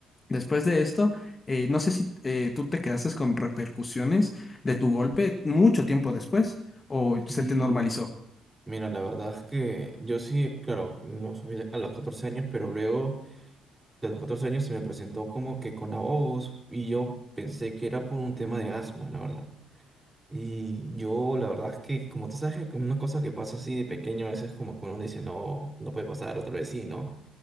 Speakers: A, on the left (about 25°); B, on the right (about 15°).
A: Después de esto, eh, no sé si eh, tú te quedaste con repercusiones de tu golpe mucho tiempo después o
B: Sí.
A: se te normalizó.
B: Mira, la verdad es que yo sí, claro, lo subí a los 14 años, pero luego de los 14 años se me presentó como que con ahogos y yo pensé que era por un tema de asma, la verdad. Y yo, la verdad es que, como tú sabes, que una cosa que pasa así de pequeño, a veces como que uno dice, no, no puede pasar, otra vez sí, ¿no?